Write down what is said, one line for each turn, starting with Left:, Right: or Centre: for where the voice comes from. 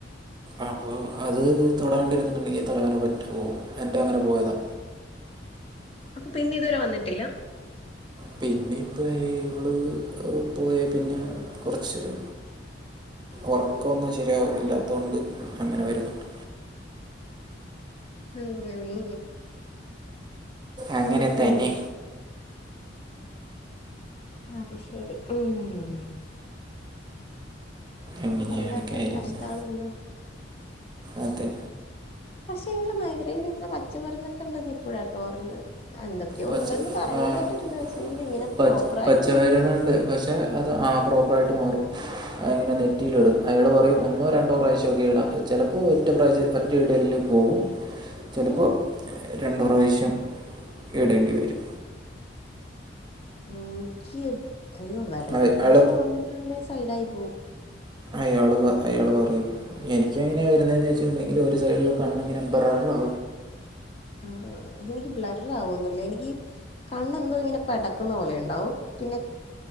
Right: അപ്പൊ അത് തൊടണ്ടിരുന്നിട്ടുണ്ടെങ്കി തലവനെ പറ്റു പോവും എന്റെ അങ്ങനെ പോയതാ
Left: <unintelligible> അപ്പൊ പിന്നെ ഇതുവരെ വന്നിട്ടില്ല
Right: പിന്നെ ഇപ്പം ഇവള് പോയേ പിന്നെ കുറച്ചൊരു ഒറക്കൊന്നും ശരിയാ ഇല്ലാത്തൊണ്ട് അങ്ങനെ വരുന്നുണ്ട്
Left: അങ്ങനെ
Right: അങ്ങനെ
Left: ഉം
Right: തന്നെ
Left: ഉം അത് ശെരി ഉം
Right: അങ്ങനെയാണ്
Left: അത് വല്ലാത്തൊരു
Right: കാര്യങ്ങൾ
Left: കഷ്ടാണല്ലോ
Right: അതെ
Left: പക്ഷെ ഇങ്ങനെ മൈഗ്രൈൻ ഇങ്ങനെ പച്ചമരുന്നൊക്കെ ഉണ്ടെന്ന് ഇപ്പോഴാട്ടോ അറിയുന്നത് എന്തൊക്കെയോ
Right: പച്ച
Left: ഉണ്ടെന്ന് പറയുന്ന കേട്ടിട്ടുണ്ട് പക്ഷെങ്കിൽ ഇങ്ങനെ
Right: പച്ച
Left: പ്രോപ്പർ
Right: പച്ച
Left: ആയിട്ട് മാറും
Right: മരുന്നുണ്ട് പക്ഷേ അത് ആ പ്രോ റായിട്ട് മാറും. അയിങ്ങനെ നെറ്റിയിൽ ഇടും അയാൾ പറയും ഒന്നോ രണ്ടോ പ്രാവശ്യമൊക്കെ ഇടാം ചിലപ്പോൾ ഒ റ്റ പ്രാവശ്യം ഒറ്റ ഇടലിനു പോവും ചിലപ്പോൾ
Left: ഉം
Right: രണ്ടു പ്രാവശ്യം ഇടേണ്ടിവരും
Left: എനിക്ക് അയ്യോ വരണ്ടതുപോലെ
Right: അയാൾ
Left: വന്നിട്ടുണ്ട് സൈഡായി പോം
Right: അയാള് അയാൾ പറയും എനിക്ക് എങ്ങനെയാ വരുന്നതെന്ന് വെച്ചിട്ടുണ്ടെങ്കിൽ ഒരു സൈഡില് കണ്ണിങ്ങനെ ബ്ര അഹാ
Left: <unintelligible> ആണോ ഇത് എനിക്ക് ബ്ലററ് ആവോന്നും ഇല്ല എനിക്ക് കണ്ണെന്തോ ഇങ്ങനെ പെടക്കുന്ന പോലെ ഇണ്ടാവും പിന്നെ